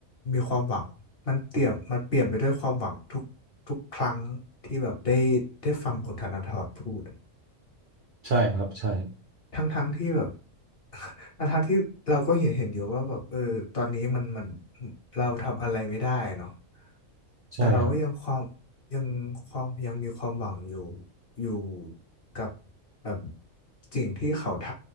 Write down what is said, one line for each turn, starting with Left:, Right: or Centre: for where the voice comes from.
Left: มีความหวังมันเตี่ยมมันเปลี่ยนไปด้วยความหวังทุกทุกครั้งที่แบบได้ได้ฟังคุณธนาธรพูด
Right: ใช่ครับใช่
Left: ทั้งทั้งที่แบบ <laughs> ทังทั้งที่เราก็เห็นเห็นอยู่ว่าแบบเออตอนนี้มันมันเราทำอะไรไม่ได้เนาะ
Right: ใช่ครับ
Left: แต่เราก็ยังความยังความยังมีความหวังอยู่อยู่กับแบบสิ่งที่เขาท